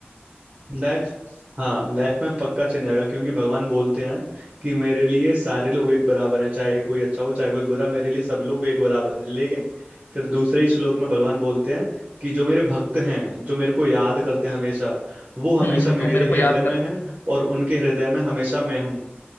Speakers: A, on the right (about 35°); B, on the left (about 55°).
A: लाइफ हाँ लाइफ में पक्का चेंज आएगा क्योंकि भगवान बोलते हैं कि मेरे लिए सारे लोग एक बराबर हैं चाहे कोई अच्छा हो चाहे कोई बुरा मेरे लिए सब लोग एक बराबर हैं लेकिन फिर दूसरे ही श्लोक में भगवान बोलते हैं कि जो मेरे भक्त हैं जो मेरे को याद करते हैं हमेशा वो हमेशा
B: हम्म हम्म,
A: मेरे
B: जो मेरे को याद
A: हृदय
B: करते
A: में हैं
B: हैं
A: और उनके हृदय में हमेशा मैं हूँ